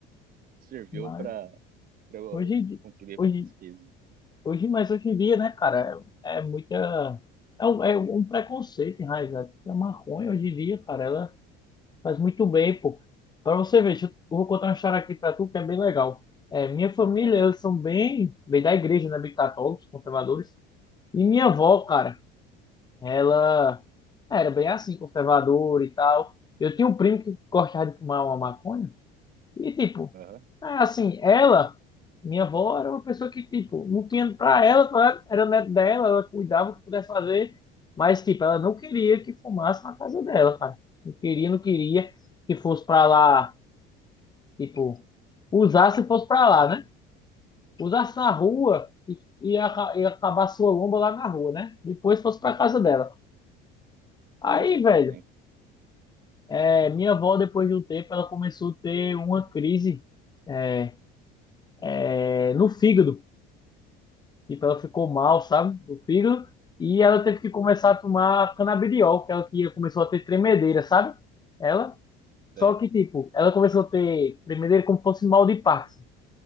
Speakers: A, on the right (about 45°); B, on the left (about 20°).
A: serviu
B: Mas
A: pra, pra eu
B: hoje, em di-
A: contribuir
B: hoje,
A: pra pesquisa.
B: hoje, mas hoje em dia, né, cara, é, é muita. É um, é um preconceito enraizado. Porque a maconha hoje em dia, cara, ela faz muito bem, pô. Pra você ver, deixa eu, eu vou contar uma história aqui pra tu que é bem legal. É, minha família,
A: Aham,
B: eles são bem, bem da igreja, né? Bem católicos, conservadores. E minha avó, cara, ela era bem assim, conservadora e tal. Eu tinha um primo que gostava de fumar uma maconha. E tipo,
A: aham,
B: é assim, ela, minha avó era uma pessoa que, tipo, não tinha pra ela, claro, era neto dela, ela cuidava o que pudesse fazer, mas, tipo, ela não queria que fumasse na casa dela, cara. Não queria, não queria que fosse pra lá, tipo, usasse e fosse pra lá, né? Usasse na rua e, e, aca- e acabar sua lomba lá na rua, né? Depois fosse pra casa dela. Aí,
A: aham,
B: velho,
A: sim,
B: é, minha avó, depois de um tempo, ela começou a ter uma crise, é, é, no fígado. Tipo, ela ficou mal, sabe? Do fígado. E ela teve que começar a tomar canabidiol, que é ela tinha, começou a ter tremedeira, sabe? Ela.
A: sei.
B: Só que, tipo, ela começou a ter tremedeira como se fosse mal de Parkinson.